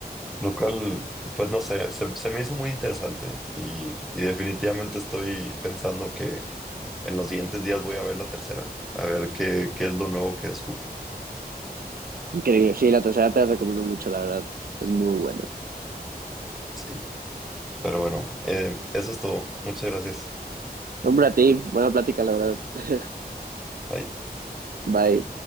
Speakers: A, in the centre; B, on the right.
A: Lo cual, pues no sé, se, se me hizo muy interesante y, y definitivamente estoy pensando que En los siguientes días voy a ver la tercera, a ver qué, qué es lo nuevo que descubro.
B: Increíble. Sí, la tercera te la recomiendo mucho, la verdad. Es muy buena.
A: Sí, pero bueno, eh, eso es todo. Muchas gracias.
B: Hombre, a ti. Buena plática, la verdad. <laughs>
A: Bye.
B: Bye.